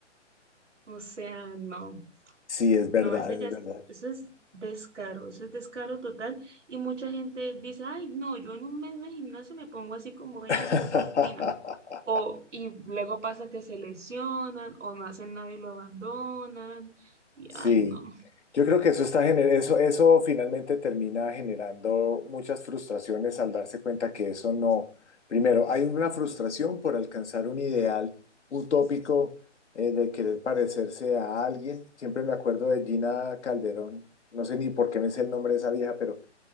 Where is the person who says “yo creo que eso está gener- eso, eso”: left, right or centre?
Left